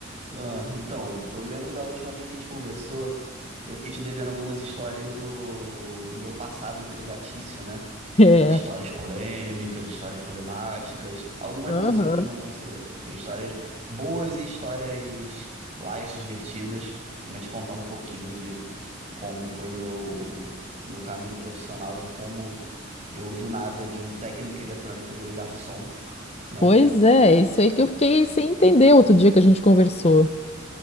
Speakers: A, on the right; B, on the left.
A: ah, então, eu lembro da última vez que a gente conversou, eu fiquei te devendo algumas histórias do, do meu passado empregatício, né?
B: É.
A: Histórias polêmicas, histórias problemáticas. Algumas
B: Aham.
A: vão ser, outras não vão ser. Tem histórias boas e histórias light, divertidas. Né? Te contar um pouquinho de como foi meu, meu caminho profissional, de como eu, do nada, de um técnico eletrônico, eu virei garçom, <laughs> né?
B: Pois é, isso aí que eu fiquei sem entender outro dia que a gente conversou.